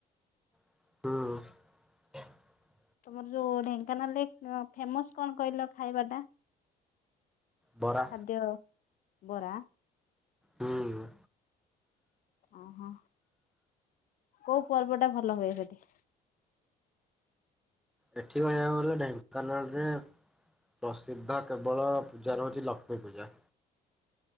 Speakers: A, in the centre; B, on the left.
A: ହୁଁ।
B: ତମର ଯୋଉ ଢେଙ୍କାନାଲ୍ ରେ ଫେମସ୍ କଣ କହିଲ ଖାଇବା ଟା?
A: ବରା
B: ଖାଦ୍ୟ ବରା।
A: ହୁଁ।
B: ଓହୋ କୋଉ ପର୍ବ ଟା ଭଲ ହୁଏ ସେଠି?
A: ଏଠି ଦେଖିବାକୁ ଗଲେ ଢେଙ୍କାନାଳରେ ପ୍ରସିଦ୍ଧ କେବଳ ପୂଜାରେ ହଉଛି ଲକ୍ଷ୍ମୀ ପୂଜା।